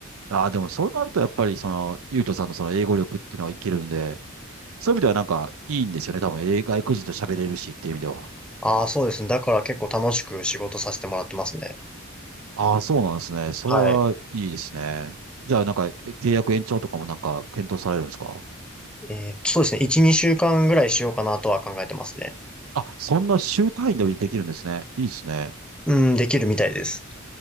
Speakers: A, on the right; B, in the centre.
A: ああ、でもそうなるとやっぱりその、ゆうとさんのその英語力っていうのは生きるんで、そういう意味ではなんかいいんですよね。多分、英外国人と喋れるしっていう意味では。
B: あ、そうですね。だから結構楽しく仕事させてもらってますね。
A: ああ、そうなんですね。それはいいですね。
B: はい。
A: じゃあなんかえ契約延長とかもなんか検討されるんですか
B: えーそうですね。1、2週間ぐらいしようかなとは考えてますね。
A: あ、そんな週単位でできるんですね。いいですね。
B: うん、できるみたいです。